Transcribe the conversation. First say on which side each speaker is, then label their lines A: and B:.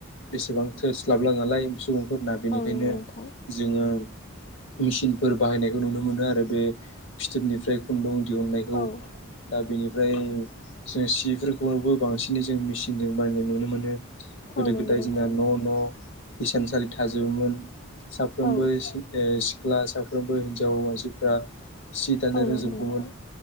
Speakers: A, on the left (about 55°); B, on the left (about 40°).
A: एसेबां थोस्लाबला नालाय सुबुंफोरना बेनिखायनो
B: औ नंगौ नोंथां
A: जोङो मेसिनफोर बाहायनायखौ नुनो मोनो आरो बे फिथोबनिफ्राय खुन्दुं दिहुननायखौ।
B: औ
A: दा बेनिफ्राय जों सिफोरखौबो बांसिनै जों मेचिनजों बानायनाय नुनो मोनो।
B: औ
A: गोदो
B: नंगौ
A: गोदाय
B: नोंथां
A: जोंना न' न' हिसानसालि थाजोबोमोन साफ्रोमबो
B: औ
A: एसे सिख्ला साफ्रोमबो हिनजाव मानसिफ्रा सि दानो
B: औ
A: रोंजोबगौमोन।
B: नंगौ नोंथां